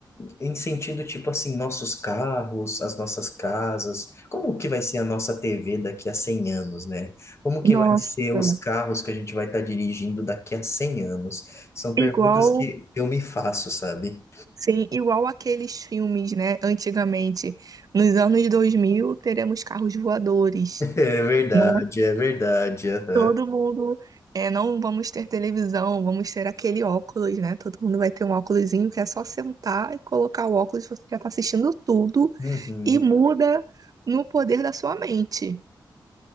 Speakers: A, on the left; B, on the right.
A: em sentido tipo assim, nossos carros, as nossas casas, como que vai ser a nossa TV daqui a 100 anos, né? Como
B: Nossa,
A: que vai ser os carros que a gente vai estar dirigindo daqui a 100 anos? São perguntas
B: igual,
A: que eu me faço, sabe?
B: sim, igual aqueles filmes, né? Antigamente, nos anos 2000 teremos carros voadores,
A: <laughs> É verdade,
B: né?
A: é verdade. aham.
B: Todo mundo, é, não vamos ter televisão, vamos ter aquele óculos, né? Todo mundo vai ter um óculosinho que é só sentar e colocar o óculos, você já tá assistindo tudo
A: Uhum.
B: e muda no poder da sua mente.